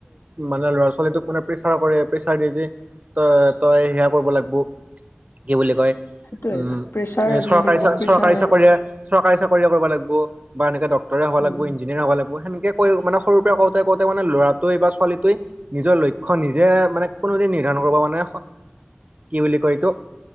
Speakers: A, on the right (about 40°); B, on the left (about 75°).
A: মানে ল'ৰা ছোৱালীটোক মানে প্ৰেছাৰ কৰে। প্ৰেছাৰ দিয়ে যে তই তই সেয়া কৰিব লাগিব। কি বুলি কয়
B: সেইটোয়ে
A: উম
B: প্ৰেচাৰ
A: এ
B: আজিকালি
A: চৰকাৰী
B: বহুত প্ৰেচাৰ
A: চৰকাৰী চাকৰি চৰকাৰী চ কৰিয়ে কৰিব লাগিব বা এনেকে ড্টৰে হব
B: উম
A: লাগব। ইঞ্জিনৰ হ'বা লাগব। সেকে ক মানে সৰুৰ পৰা কওঁতে কওঁতে মানে লৰাটোৱে বা চোৱালিতুই নিজৰ লক্ষ্য নিজে মানে কোনোদিন নিৰ্ধাৰণ কৰিব মানে কি বুলি কয় এইটো